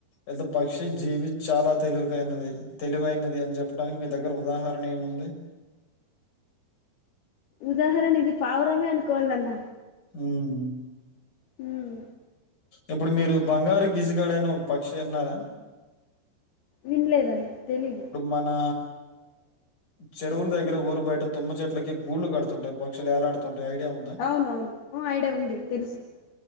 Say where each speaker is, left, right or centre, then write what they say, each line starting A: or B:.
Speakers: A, on the left; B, on the left.
A: ఏది పక్షి జీవి చాలా తెలివైనది తెలివైనది అని చెప్పడానికి మీ దగ్గర ఉదాహరణ ఏముంది
B: ఉదాహరణ ఇది పావురమే అనుకోవాలన్న
A: వ్మ్
B: వ్మ్
A: ఇప్పుడు మీరు బంగారు గిజిగాడ అని ఒక పక్షి విన్నారా
B: వినలేదన్న తెలీదు
A: మనా చెరువుల దగ్గర ఊరు బయట తుమ్మ చెట్లకి గుళ్ళ కడుతుంటాయి పక్షులు ఎలాడుతుంటాయి ఐడియా ఉందా?
B: అవునవును ఐడియా ఉంది తెలుసు